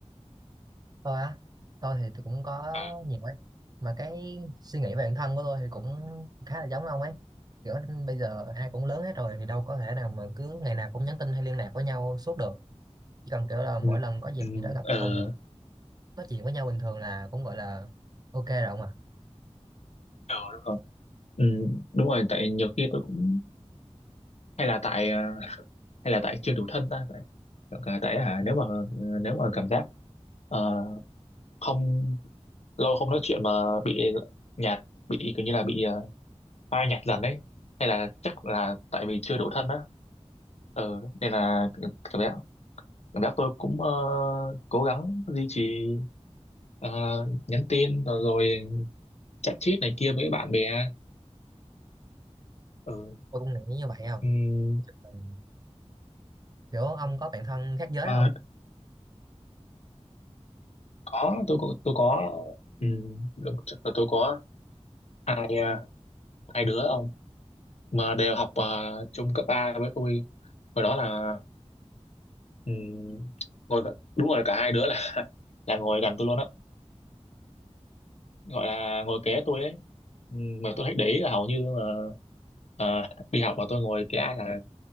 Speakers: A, on the right (about 35°); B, on the left (about 70°).
A: tôi á tôi thì tôi cũng có
B: Ờ,
A: nhiều ấy mà cái suy nghĩ về bản thân của tôi thì cũng khá là giống ông ấy kiểu bây giờ ai cũng lớn hết rồi thì đâu có thể nào mà cứ ngày nào cũng nhắn tin hay liên lạc với nhau suốt được chỉ cần kiểu là mỗi
B: ừ
A: lần có dịp
B: ừ
A: gì đó gặp
B: ờ,
A: nhau thì nói chuyện với nhau bình thường là cũng gọi là ok rồi ông à
B: ờ, đúng rồi ừ, đúng rồi tại nhiều khi tôi cũng hay là tại à, hay là tại chưa đủ thân ta tại tại tại, hả nếu mà ừ, nếu mà cảm giác ờ, không lâu không nói chuyện mà bị nhạt bị kiểu như là bị uh, phai nhạt dần đấy hay là chắc là tại vì chưa đủ thân á ờ nên là cảm giác cảm giác tôi cũng ờ, cố gắng duy trì ờ, nhắn tin rồi, rồi chat chít này kia với bạn bè ừ.
A: tôi cũng nghĩ như vậy không
B: ừm,
A: Ừ. kiểu ông có bạn thân khác giới
B: à,
A: không
B: có tôi có tôi có ừm, được, chắc là tôi có hai ờ, hai đứa ông mà đều học ờ, chung cấp 3 với tôi hồi đó là ừm, ngồi gần- đúng rồi cả hai đứa là <laughs> là ngồi gần tôi luôn á gọi là ngồi kế tôi ấy Ừm, mà tôi thấy để ý là hầu như mà ờ, đi học mà tôi ngồi kế ai là